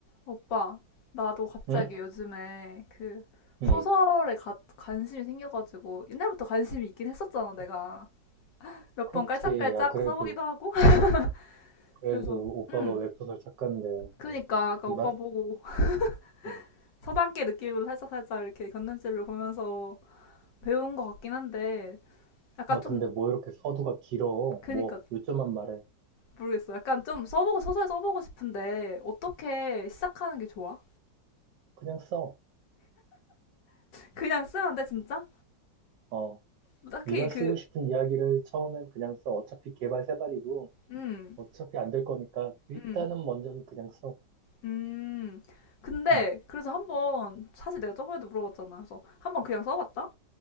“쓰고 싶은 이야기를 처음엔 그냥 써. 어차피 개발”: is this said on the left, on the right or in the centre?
Right